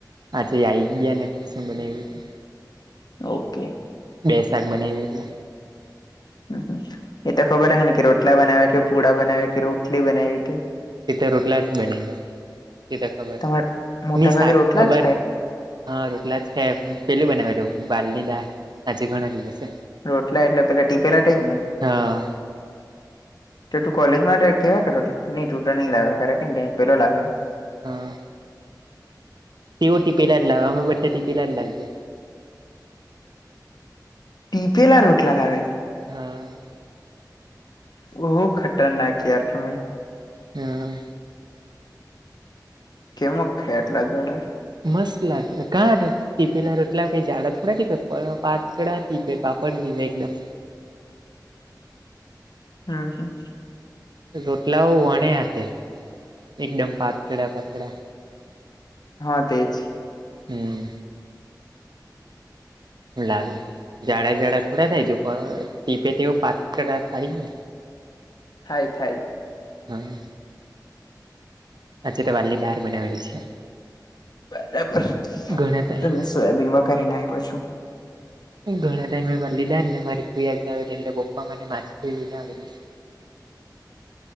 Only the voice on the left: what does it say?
ઓકે.
હમ્મ હમ્મ, એ તો ખબર હને કે રોટલા બનાવ્યા કે પુડા બનાવ્યા કે રોટલી બનાવી હતી.
તમારે મોટા
ભાગે
રોટલા
જ ખાય
રોટલા એટલે પેલા ટીપેલા તેજ ને?
તો તું કોલેજ માટે કેવાય નહી તું નહી લાવે ખરે કે ને પેલો લાવે.
ટીપેલા રોટલા લાવે?
બો ખતરનાક યાર તમે.
કેમક ખાય એટલા જડા?
ઊં હું.
હા તેજ.
થાય થાય.
બરાબર
તમે સોયાબીન વગારી ના આવ્યો છો.